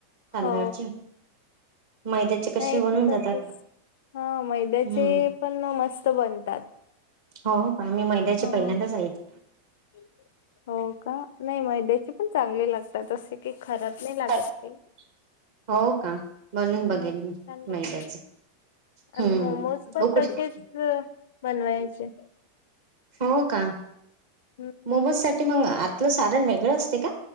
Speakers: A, on the right (about 55°); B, on the left (about 55°).
A: तांदळाची.
B: हो
A: मैद्याचे कसे
B: नाही
A: बनून
B: ते तसच,
A: जातात
B: हा मैद्याचे
A: हम्म
B: पण मस्त बनतात.
A: हो आम्ही महिन्याच्या
B: ह.
A: पहिल्यांदाच आहेत
B: <inaudible> हो का, नाही मैद्याची पण चांगली लागतात असशी की खराब नाही लागत
A: <inaudible>
B: ते.
A: हो का, <inaudible> बनून
B: हम्म
A: बघेल
B: छान
A: मी
B: लागतात
A: मैद्याचे. <inaudible>
B: आणि
A: हम्म
B: मोमोज पण
A: उकड
B: तसेच बनवायचे.
A: हो का,
B: हम्म.
A: मोमोस साठी मग आतलं सारण वेगळं असते का?